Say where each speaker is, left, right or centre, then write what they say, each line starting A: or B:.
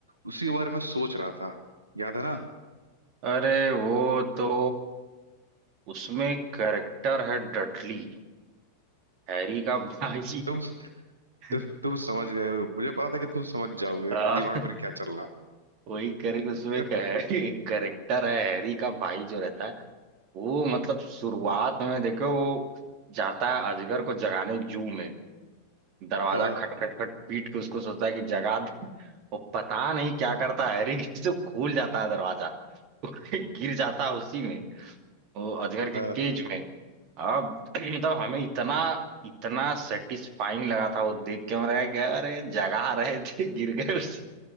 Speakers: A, on the right; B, on the right.
A: उसी के बारे में सोच रहा था याद है ना
B: अरे वो तो उसमें कैरेक्टर है डडली हैरी का भाई
A: तुम तु,
B: <laughs>
A: तुम समझ गए हो मुझे पता था कि तुम समझ जाओगे
B: हाँ
A: कि
B: आ,
A: दिमाग मेरे क्या चल रहा
B: वही करेक्ट उसमें
A: है <laughs>
B: कैरेक्टर है हैरी का भाई जो रहता है वो मतलब शुरुआत में देखो वो जाता है अजगर को जगाने जू में दरवाजा
A: हाँ,
B: खट खट खट पीट के उसको सोचता है कि जगा दे वो पता नहीं क्या करता है हैरी कैसे खुल जाता है दरवाजा <laughs> वो गिर जाता है उसी में वो अजगर के
A: हाँ,
B: केज में अब <clears throat> मतलब हमें इतना इतना सेटिस्फाइंग लगा था वो देख के हमें लगा कि अरे जगा रहे थे गिर गए उसी